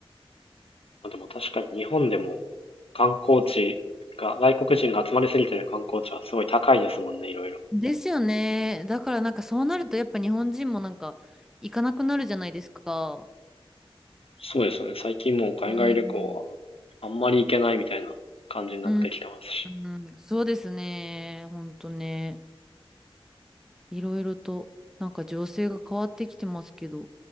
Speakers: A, on the left; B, in the centre.
A: あ、でも確かに日本でも観光地が、外国人が集まりすぎてる観光地はすごい高いですもんね、いろいろ。
B: ですよね。だからなんかそうなるとやっぱ日本人もなんか行かなくなるじゃないですか。
A: そうですよね。最近もう海外旅行は
B: うん、
A: あんまり行けないみたいな感じになってきてますし。
B: うん、うんそうですね。ほんとね。いろいろと、なんか情勢が変わってきてますけど、